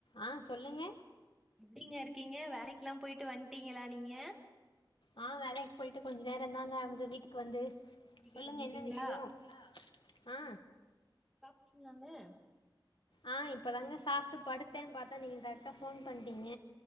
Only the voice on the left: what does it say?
ஆஹ் சொல்லுங்க
ஆஹ் வேலைக்கு போயிட்டு கொஞ்ச நேர தாங்க ஆவுது வீட்டுக்கு வந்து
சொல்லுங்க
என்ன விஷயம் ஆ
ஆஹ் இப்பதாங்க சாப்ட்டு படுத்தேன் பார்த்தா நீங்க கரெக்டா போன் பண்டிங்க